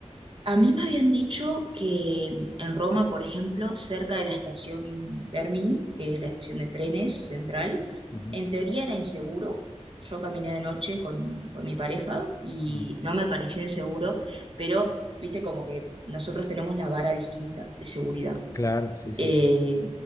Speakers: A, on the right; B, on the left.
A: A mí me habían dicho que en Roma, por ejemplo, cerca de la estación Termini, que es la estación de trenes central,
B: Ujú.
A: en teoría era inseguro. Yo caminé de noche con, con mi pareja y
B: Mm.
A: no me pareció inseguro, pero viste como que nosotros tenemos la vara distinta de seguridad.
B: Claro, sí, sí,
A: Eh,
B: sí.